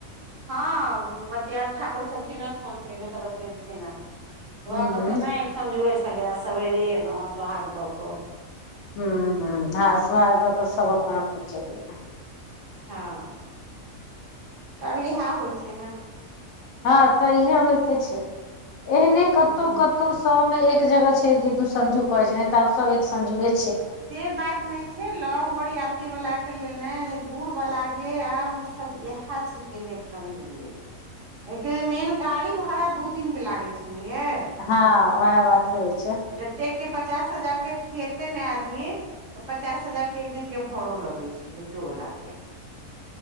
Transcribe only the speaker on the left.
हूँ
हूँ
हूं हूं आ सुहाग दऽ कऽ सब अपन अपन चलि गेल।
ह तऽ इह होइते छैय एहने कतौ
कतौ सौ में एक जगह छैय जे दू संझु करै छैय न त आब सब एक संझुये
हँ वैह बाते होइ छैय।